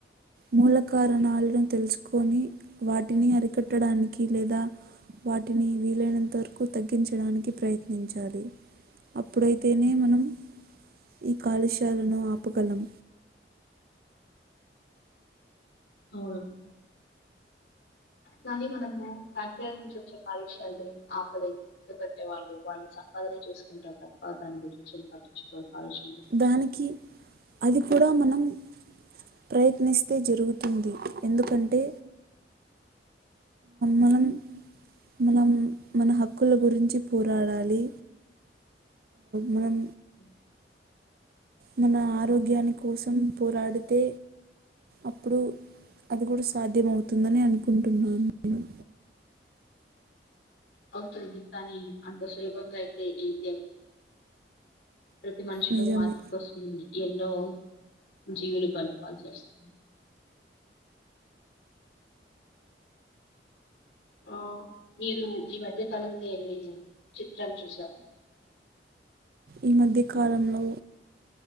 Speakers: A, on the right; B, on the left.
A: మూల కారణాలను తెలుసుకొని వాటిని అరికట్టడానికి లేదా వాటిని వీలైనంత వరకు తగ్గించడానికి ప్రయత్నించాలి అప్పుడైతేనే మనం ఈ కాలుష్యాలను ఆపగలం
B: అవును కానీ మనము ఫ్యాక్టీరి నుంచి వచ్చే కాలుష్యాలని ఆపలేం ఎందుకంటే వాళ్ళు వాళ్ళు సంపాదనే చేసుకుంటారు తప్ప దాని గురించి ఏం పట్టించుకోరు కాలుష్యం గురించి
A: దానికి అది కూడా మనం ప్రయత్నిస్తే జరుగుతుంది ఎందుకంటే మనం మనం మన హక్కుల గురించి పోరాడాలి మనం
B: అ
A: మన ఆరోగ్యాని కోసం పోరాడితే అప్పుడు అది కూడా సాధ్యమవుతుందని అనుకుంటున్నాను నేను
B: అవుతుంది కానీ అంత సులభంగా అయితే ఏది అవ్వదు ప్రతి మనిషిలో
A: నిజమే
B: మార్పు వస్తుంది ఎన్నో జీవులు బలి అవ్వాల్సి వస్తుంది ఆ మీరు ఈ మధ్యకాలంలో ఏవేవి చిత్రాలు చూసారు
A: ఈ మధ్య కాలంలో